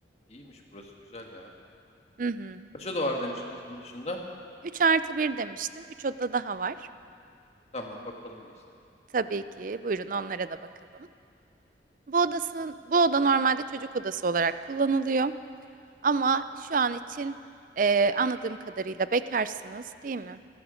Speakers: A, on the left; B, on the right.
A: İyiymiş burası güzel ya.
B: Hı hı.
A: Kaç oda var demiştiniz bunun dışında?
B: 3 artı 1 demiştim. 3 oda daha var.
A: Tamam bakalım bir istersen.
B: Tabii ki. Buyurun onlara da bakalım. Bu odası, bu oda normalde çocuk odası olarak kullanılıyor. Ama şu an için eee, anladığım kadarıyla bekarsınız, değil mi?